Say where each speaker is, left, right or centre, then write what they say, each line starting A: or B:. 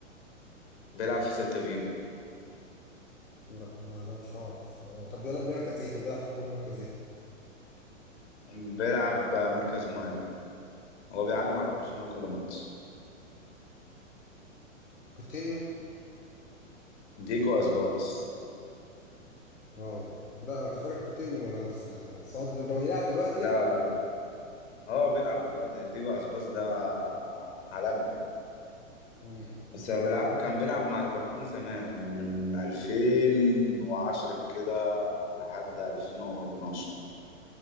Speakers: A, on the left (about 60°); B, on the left (about 75°).
A: بيلعب في سيلتا فيجو
B: لا ما لا مش عارف أه طب بيلعب مركز إيه؟ كان بيلعب في ليفربول مركز إيه؟
A: بيلعب مركز مهاجم هو بيعلم على برشلونة كل ماتش
B: كوتينيو؟
A: ديجو أسباس
B: أه لا أنا كنت فاكر كوتينيو أنا س- صار ده ده بيلعب دلوقتي
A: لا
B: يعني؟
A: لا اه بيلعب دلوقتي ده ديجو اسباس ده عالمي
B: مم.
A: بس هو بيلعب كان بيلعب مع ليفربول زمان من 2010 كده لحد 2012